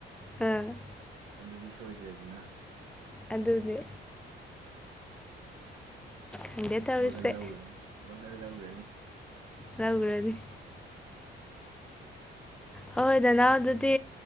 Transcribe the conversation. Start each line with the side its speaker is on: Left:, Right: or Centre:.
Centre: ꯎꯝ
Right: ꯑꯗꯨꯗꯤ ꯁꯣꯏꯗ꯭ꯔꯦꯗꯅ
Centre: ꯑꯗꯨꯅꯦ ꯈꯪꯗꯦ ꯇꯧꯔꯤꯁꯦ
Right: ꯕꯒꯜ ꯂꯧꯈ꯭ꯔꯦꯅꯤ ꯕꯒꯜ ꯂꯧꯈ꯭ꯔꯦꯅꯤ
Centre: ꯂꯎꯗꯤ ꯍꯣꯏ ꯍꯣꯏ ꯗꯅꯥ ꯑꯗꯨꯗꯤ